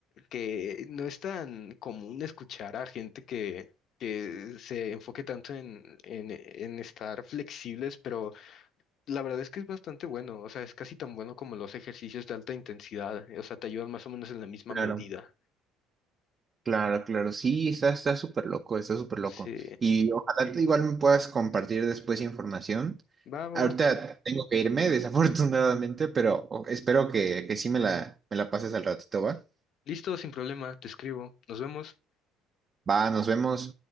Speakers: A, on the left; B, on the right.
A: que no es tan común escuchar a gente que, que se enfoque tanto en, en, en estar flexibles, pero la verdad es que es bastante bueno. O sea, es casi tan bueno como los ejercicios de alta intensidad. O sea, te ayudan más o menos en la misma
B: Claro,
A: medida.
B: claro, claro. Sí, está, está súper loco, está súper loco.
A: Sí.
B: Y ojalá tú igual me puedas compartir después información.
A: Va, va,
B: Ahorita
A: va.
B: tengo que irme, <laughs> desafortunadamente, pero o- espero que, que sí me la, me la pases al ratito, ¿va?
A: Listo, sin problema, te escribo. Nos vemos.
B: Va, nos vemos.